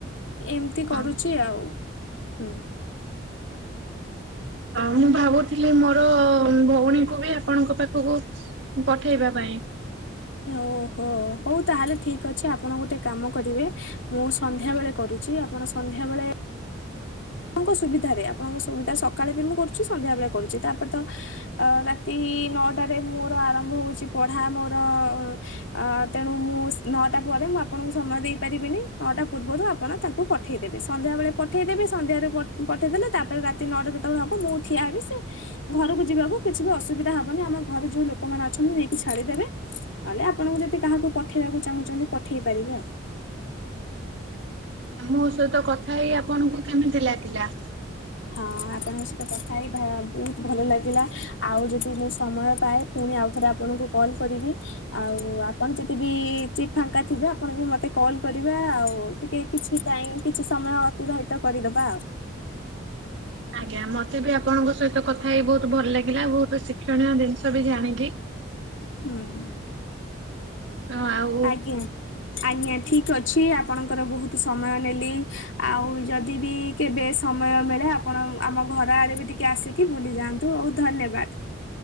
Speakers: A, on the left; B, on the right.
A: ଏମତି କରୁଚି
B: ହଁ
A: ଆଉ ହୁଁ।
B: ଆଉ ମୁଁ ଭାବୁଥିଲି ମୋର ଭଉଣୀଙ୍କୁ ବି ଆପଣଙ୍କ ପାଖୁକୁ ପଠେଇବା ପାଇଁ।
A: ଓ ହୋ ହଉ ତାହେଲେ ଠିକ୍ ଅଛି ଆପଣ ଗୋଟେ କାମ କରିବେ। ମୁଁ ସନ୍ଧ୍ୟାବେଳେ କରୁଚି ଆପଣ ସନ୍ଧ୍ୟାବେଳେ ଆପଣଙ୍କ ସୁବିଧାରେ ଆପଣଙ୍କ ସୁବିଧା ସକାଳେ ବି ମୁଁ କରୁଚି ସନ୍ଧ୍ୟାବେଳେ କରୁଚି ତାପରେ ତ ଅ ରାତି ନଅଟାରେ ମୋର ଆରମ୍ଭ ହଉଚି ପଢା ମୋର ଆ ତେଣୁ ମୁଁ ନଅଟା ପରେ ମୁଁ ଆପଣଙ୍କୁ ସମୟ ଦେଇପାରିବିନି ନଅଟା ପୂର୍ବରୁ ଆପଣ ତାଙ୍କୁ ପଠେଇଦେବେ ସନ୍ଧ୍ୟାବେଳେ ପଠେଇଦେବେ ସନ୍ଧ୍ୟାରେ ପ-ପଠେଇଦେଲେ ତାପରେ ରାତି ନଅଟା ଯେତବଳେ ହବ ମୁଁ ଠିଆ ହେବି ସେ ଘରୁକୁ ଯିବାକୁ କିଛି ବି ଅସୁବିଧା ହବନି ଆମ ଘରେ ଯୋଉ ଲୋକମାନେ ଅଛନ୍ତି ନେଇକି ଛାଡିଦେବେ। ତାହେଲେ ଆପଣଙ୍କୁ ଯଦି କାହାକୁ ପଠେଇବାକୁ ଚାହୁଁଚନ୍ତି ପଠେଇ ପାରିବେ ଆଉ।
B: ଉଁ ଆଉ ମୋ ସହିତ କଥା ହେଇ ଆପଣଙ୍କୁ କେମିତି ଲାଗିଲା?
A: ହଁ ଆପଣଙ୍କ ସହିତ କଥା ହେଇ ଭା ବହୁତ ଭଲ ଲାଗିଲା ଆଉ ଯଦି ମୁଁ ସମୟ ପାଏ ପୁଣି ଆଉ ଥରେ ଆପଣଙ୍କୁ କଲ୍ କରିବି। ଆଉ ଆପଣ ଯଦି ବି ଚି ଫାଙ୍କା ଥିବେ ଆପଣ ବି ମତେ କଲ୍ କରିବେ ଆଉ ଟିକେ କିଛି ଟାଇମ୍ କିଛି ସମୟ ଅତିବାହିତ କରିଦବା ଆଉ।
B: ଆଜ୍ଞା ମତେ ବି ଆପଣଙ୍କ ସହି ତ କଥା ହେଇ ବହୁତ ଭଲ ଲାଗିଲା ବହୁତ ଶିକ୍ଷଣୀୟ ଜିନିଷ ବି ଜାଣିିଲି।
A: ହୁଁ
B: ହଁ ଆଉ
A: ଆଜ୍ଞା। ଆଜ୍ଞା ଠିକ ଅଛି ଆପଣଙ୍କର ବହୁତ ସମୟ ନେଲି। ଆଉ ଯଦି ବି କେବେ ସମୟ ମିଳେ ଆପଣ ଆମ ଘର ଆଡେ ବି ଟିକେ ଆସି ବୁଲି ଯାଆନ୍ତୁ ହଉ ଧନ୍ୟବାଦ।